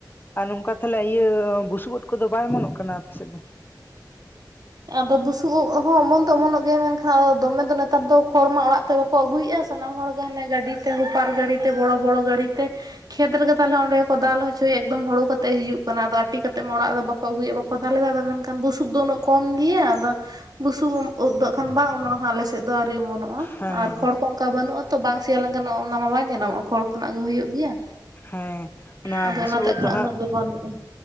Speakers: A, on the left; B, on the right.
A: ᱟᱨ ᱱᱚᱝᱠᱟ ᱛᱟᱦᱞᱮ ᱤᱭᱟᱹ ᱵᱩᱥᱩᱵ ᱩᱫ ᱠᱚᱫᱚ ᱵᱟᱭ ᱚᱢᱚᱱᱚᱜ ᱠᱟᱱᱟ ᱟᱯᱮᱥᱮᱡ ᱫᱚ?
B: ᱟᱫᱚ ᱵᱩᱥᱩᱵ ᱩᱜ ᱦᱚᱸ ᱚᱢᱚᱱ ᱫᱚ ᱚᱢᱚᱱᱚᱜ ᱜᱮᱭᱟ ᱢᱮᱱᱠᱷᱟᱱ ᱟᱫᱚ ᱫᱚᱢᱮ ᱫᱚ ᱱᱮᱛᱟᱨ ᱫᱚ ᱠᱷᱚᱲ ᱢᱟ ᱚᱲᱟᱜ ᱛᱮ ᱵᱟᱠᱚ ᱟᱹᱜᱩᱭ-ᱟ ᱥᱟᱱᱟᱢ ᱦᱚᱲᱜᱮ ᱦᱟᱱᱮ ᱜᱟᱹᱰᱤ ᱛᱮ ᱦᱚᱯᱟᱨ ᱜᱟᱹᱲᱤᱛᱮ ᱵᱚᱲᱚ ᱵᱚᱲᱚ ᱜᱟᱹᱲᱤᱛᱮ ᱠᱷᱮᱛ ᱨᱮᱜᱮ ᱛᱟᱦᱞᱮ ᱚᱸᱰᱮ ᱜᱮᱠᱚ ᱫᱟᱞ ᱦᱚᱪᱚᱭᱟ ᱮᱠᱫᱚᱢ ᱦᱳᱲᱳ ᱠᱟᱛᱮᱜ ᱦᱤᱡᱩᱜ ᱠᱟᱱᱟ, ᱟᱫᱚ ᱟᱴᱤ ᱠᱟᱛᱮᱜ ᱢᱟ ᱚᱲᱟᱜ ᱨᱮ ᱵᱟᱠ ᱠᱚ ᱟᱹᱜᱩᱮᱫ ᱵᱟᱠᱚ ᱫᱟᱞᱮᱫᱟ ᱟᱫᱚ ᱢᱮᱱᱠᱷᱟᱱ ᱵᱩᱥᱩᱠ ᱫᱚ ᱩᱱᱟᱹᱜ ᱠᱚᱢ ᱜᱮᱭᱟ ᱟᱫᱚ ᱵᱩᱥᱩᱵ ᱳᱫ ᱫᱚ ᱮᱠᱷᱚᱱ ᱵᱟᱝ ᱚᱢᱚᱱ ᱠᱟᱱᱟ ᱟᱞᱮ ᱥᱮᱫ᱾ ᱫᱚ ᱟᱹᱣᱨᱤ ᱚᱢᱚᱱ ᱱᱚᱜ-ᱟ,
A: ᱦᱮᱸ
B: ᱟᱨ ᱠᱷᱚᱲ ᱠᱚ ᱚᱱᱠᱟ ᱵᱟᱹᱱᱩᱜ-ᱟ ᱛᱚ ᱵᱟᱝ ᱥᱮᱭᱟ ᱞᱮᱱᱠᱷᱟᱱ ᱚᱱᱟ ᱢᱟ ᱵᱟᱝ ᱡᱟᱱᱟᱢᱚᱜ-ᱟ, ᱠᱷᱚᱲ ᱠᱷᱚᱱᱟᱜ ᱜᱮ ᱦᱩᱭᱩᱜ ᱜᱮᱭᱟ᱾
A: ᱦᱮᱸ, ᱚᱱᱟ
B: ᱟᱫᱚ
A: ᱵᱩᱥᱩᱵ
B: ᱚᱱᱟᱛᱮ
A: ᱩᱫ
B: ᱠᱷᱟᱱ
A: ᱫᱚ ᱦᱟᱸᱜ
B: ᱩᱱᱟᱹᱜ ᱵᱟᱹᱱᱩᱜᱼᱟ